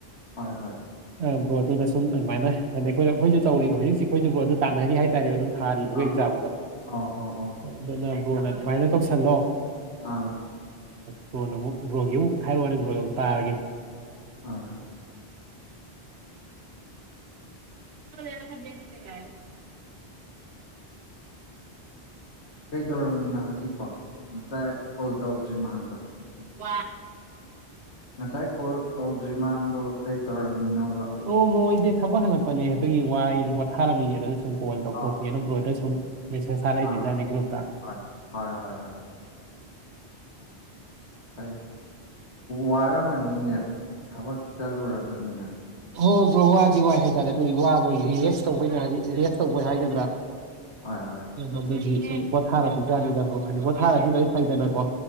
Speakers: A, on the left (about 80°); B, on the right (about 70°).
A: ꯍꯣꯏ ꯍꯣꯏ
B: ꯑ ꯑꯗꯨꯅ ꯁꯨꯝ ꯑꯗꯨꯃꯥꯏꯅ ꯍꯥꯏ ꯑꯩꯈꯣꯏꯅ ꯑꯩꯈꯣꯏꯁꯨ ꯇꯧꯔꯤꯕ ꯍꯧꯖꯤꯛꯖꯤꯛ ꯑꯩꯈꯣꯏꯁꯨꯕꯨ ꯑꯗꯨ ꯇꯥꯟꯅꯔꯤ ꯍꯥꯏꯇꯥꯔꯦ ꯑꯗꯨꯝ ꯊꯥꯔꯤꯕꯒ
A: ꯑꯥ
B: ꯑꯦꯛꯖꯥꯝꯗꯣ
A: ꯑꯣ ꯑꯣ ꯑꯣ
B: ꯑꯗꯨꯅ ꯕꯣꯔꯅ ꯑꯗꯨꯃꯥꯏꯅ ꯇꯧꯁꯜꯂꯣ
A: ꯑꯥ
B: ꯕ꯭ꯔꯣꯅ ꯑꯃꯨꯛ ꯕ꯭ꯔꯣꯒꯤ ꯑꯃꯨꯛ ꯍꯥꯏꯔꯛꯑꯣꯅꯤ ꯕ꯭ꯔꯣꯒꯤ ꯑꯃꯨꯛ ꯇꯥꯔꯒꯦ
A: ꯍꯣꯏ ꯍꯣꯏ
B: ꯈꯗꯒ
A: ꯀꯩ ꯇꯧꯔꯝꯃꯤꯅ ꯍꯧꯖꯤꯛꯄꯣ ꯉꯆꯥꯥꯏ ꯀꯣꯜ ꯇꯧꯗ꯭ꯔꯤ ꯃꯥꯡꯗꯣ
B: <inaudible>
A: ꯉꯁꯥꯏ ꯀꯣꯜ ꯇꯧꯗ꯭ꯔꯤ ꯃꯥꯡꯗꯣ ꯀꯩ ꯇꯧꯔꯝꯃꯤꯅꯣꯕ
B: ꯑꯣ ꯔꯣꯖꯗ ꯁꯕ ꯍꯜꯂꯛꯄꯅꯦ ꯑꯗꯨꯒꯤ ꯋꯥ ꯅꯨꯨꯄꯥ ꯊꯥꯔꯝꯃꯤꯅꯦ ꯑꯗꯨꯗ ꯁꯨꯝ ꯀꯣꯜ ꯇꯧꯊꯣꯛꯀꯦꯅ
A: ꯑꯥ
B: ꯕ꯭ꯔꯣꯗ ꯁꯨꯝ ꯃꯁꯦ ꯆꯂꯦ
A: ꯑꯥ
B: ꯃꯤ ꯌꯥꯥꯅꯤ ꯀ꯭ꯔꯨꯕ ꯇ
A: ꯍꯣꯏ ꯍꯣꯏ ꯍꯣꯏ ꯍꯣꯏ ꯐꯩ ꯋꯥꯔꯝꯃꯅꯤꯅꯦ ꯊꯕꯛ ꯆꯠꯂꯨꯔꯕꯅꯤꯅ
B: ꯍꯣꯏ ꯕ꯭ꯔꯣ ꯋꯥꯗꯤ ꯋꯥꯏ ꯍꯥꯏꯇꯥꯔꯦ ꯅꯣꯏ ꯋꯥꯕꯒꯤ ꯔꯤꯂꯦꯛꯁ ꯇꯧꯕ ꯍꯥꯏꯗꯤ ꯔꯤꯦꯛꯁ ꯇꯧꯕꯩ ꯍꯥꯏꯒꯗ꯭ꯔꯥ
A: ꯍꯣꯏ ꯍꯣꯏ
B: ꯀꯩꯅꯣ ꯑꯗꯨꯗꯤ ꯄꯣꯊꯥꯔꯗꯤ ꯆꯥꯒꯗꯕꯣ ꯍꯥꯏꯗꯤ ꯄꯣꯊꯥꯔꯗꯤ ꯂꯣꯏ ꯐꯩꯗꯅꯀꯣ